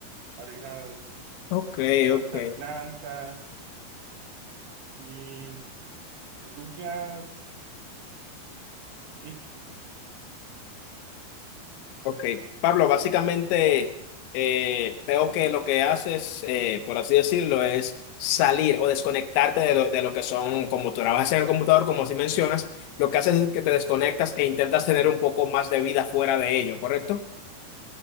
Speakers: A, on the right (about 85°); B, on the left (about 85°).
A: arreglar...
B: Ok,
A: plantar
B: ok.
A: plantas. ¿Y, y tú qué has hecho
B: Ok, Pablo, básicamente eh, veo que lo que haces, eh, por así decirlo, es salir o desconectarte de lo, de lo que son, como tú trabajas en el computador, como así mencionas, lo que haces es que te desconectas e intentas tener un poco más de vida fuera de ello, ¿correcto?